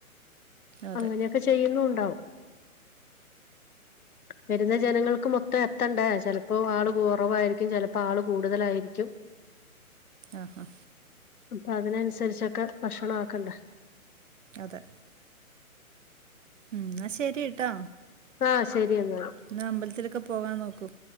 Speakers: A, on the right (about 60°); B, on the left (about 80°).
A: അതെ
B: അങ്ങനെയൊക്കെ ചെയ്യുന്നു ഉണ്ടാവും വരുന്ന ജനങ്ങൾക്ക് മൊത്തം എത്തണ്ടേ ചിലപ്പോ ആൾ കുറവായിരിക്കും ചിലപ്പോ ആൾ കൂടുതലായിരിക്കും <unintelligible>
A: ആഹ് ആ
B: അപ്പൊ അതിനനുസരിച്ചൊക്കെ ഭക്ഷണ ആക്കണ്ടേ?
A: അതെ, ഉം ശരി ട്ടോ
B: ആഹ് ശരി എന്നാല്
A: എന്നാ അമ്പലത്തിലൊക്കെ പോകാൻ നോക്കും